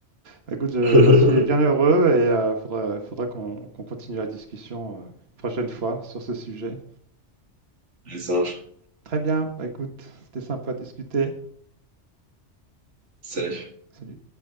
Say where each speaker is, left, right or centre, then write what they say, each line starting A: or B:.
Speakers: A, on the right; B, on the right.
A: Bah, Écoute, je-
B: <laughs>
A: j'en suis bien heureux et il faudra, faudra qu'on qu'on continue la discussion euh, prochaine fois sur ce sujet.
B: Allez, ça marche.
A: Très bien. Bah, écoute, c'était sympa de discuter.
B: Salut.
A: Salut.